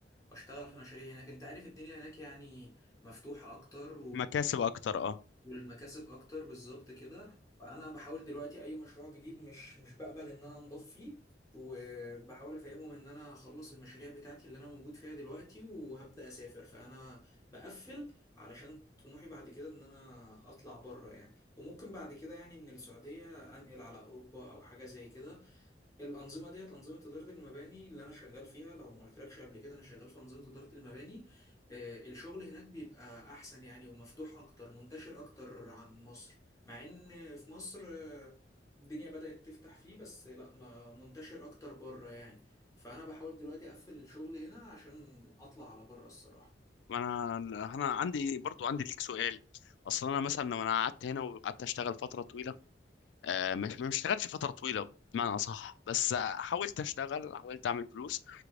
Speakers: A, on the left (about 20°); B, on the left (about 80°).
A: واشتغل في مشاريع هناك انت عارف الدنيا هناك يعني مفتوحه اكتر
B: مكاسب اكتر اه
A: والمكاسب اكتر بالظبط كده فانا بحاول دلوقتي اي مشروع جديد مش مش بقبل ان انا انضف فيه وبحاول افهمهم ان انا هخلص المشاريع بتاعتي اللي انا موجود فيها دلوقتي وهبدا اسافر فانا بقفل علشان طموحي بعد كده ان انا اطلع بره يعني وممكن بعد كده يعني من السعوديه انقل على اوروبا او حاجه زي كده الانظمه ديت انظمه اداره المباني اللي انا شغال فيها لو ما قلتلكش قبل كده انا شغال في انظمه اداره المباني آه، الشغل هناك بيبقى احسن يعني ومفتوح اكتر منتشر اكتر عن مصر مع ان في مصر آه، الدنيا بدات تفتح فيه بس لا ما منتشر اكتر بره يعني فانا بحاول دلوقتي اقفل الشغل هنا عشان اطلع على بره الصراحه
B: ما انا انا عندي برضو عندي ليك سؤال اصلا انا مثلا لو انا قعدت هنا وقعدت اشتغل فترة طويلة آه... مش ما اشتغلتش فترة طويلة بمعنى اصح بس حاولت اشتغل حاولت اعمل فلوس